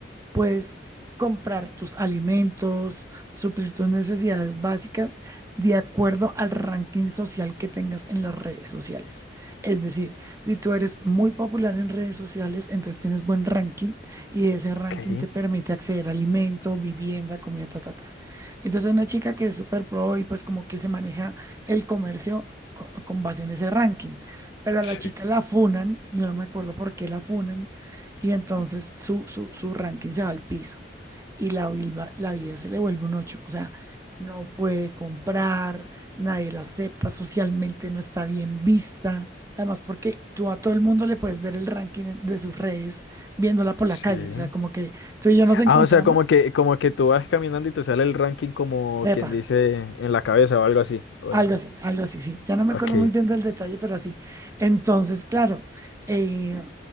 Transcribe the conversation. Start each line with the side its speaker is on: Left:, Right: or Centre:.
Right: Puedes comprar tus alimentos, suplir tus necesidades básicas de acuerdo al ranking social que tengas en las redes sociales. Es decir, si tú eres muy popular en redes sociales, entonces tienes buen ranking y ese ranking
Left: ok,
Right: te permite acceder a alimento, vivienda, comida, ta, ta, ta. Entonces una chica que es súper pro y pues como que se maneja el comercio co- con base en ese ranking. Pero a
Left: sí,
Right: la chica la funan, yo no me acuerdo por qué la funan, y entonces su, su, su ranking se va al piso y la, vilva- la vida se le vuelve un ocho O sea, no puede comprar, nadie la acepta, socialmente no está bien vista. Además, porque tú a todo el mundo le puedes ver el ranking en- de sus redes viéndola por la
Left: sí.
Right: calle. O sea, como que tú y yo nos encontramos,
Left: Ah, o sea, como que, como que tú vas caminando y te sale el ranking como
Right: epa,
Left: quien dice en la cabeza o algo así. o
Right: Algo
Left: en-
Right: así, algo así, sí. Ya no me
Left: Ok,
Right: acuerdo muy bien del detalle, pero así. Entonces, claro, eh,